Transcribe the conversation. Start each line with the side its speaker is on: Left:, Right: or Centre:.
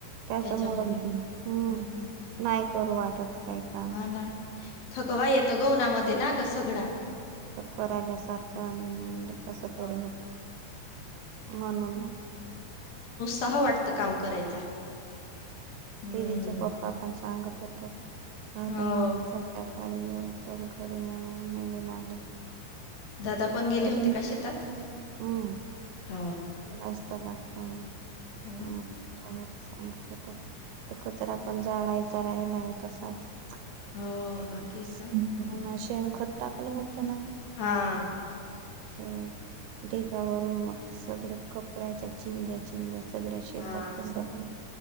Right: त्याच्यामुळ
Left: त्याच्यामुळे
Right: हम्म
Left: हं,
Right: नाही करू वाटत काय काम
Left: हा ना थकवा येतो ग उन्हामध्ये ना ग सगळा.
Right: करायला सारख काम अ कस तरी
Left: हा.
Right: होत म्हणून
Left: ताह वाटत काम करायचा. हम्म.
Right: दिदीचे पप्पा पण सांगत होते राहते
Left: हो,
Right: म्हण त्या काळी येऊ चल घरी म्हणून निघून आल.
Left: दादा गेले
Right: ते
Left: होते
Right: पण
Left: का शेतात?
Right: हम्
Left: हो.
Right: जास्त लागतो मग
Left: हं,
Right: हम् सांगत होते तो कचरा पण जाळायचा राहिला आहे तसाच.
Left: हो
Right: ते
Left: बाकी आहे का? हं.
Right: शेणखत टाकल होत ना.
Left: हा
Right: ते ढिगावरून मग ते सगळ कपड्याच्या चिंध्या चिंध्या सगळ्या शेतात
Left: हा.
Right: पसर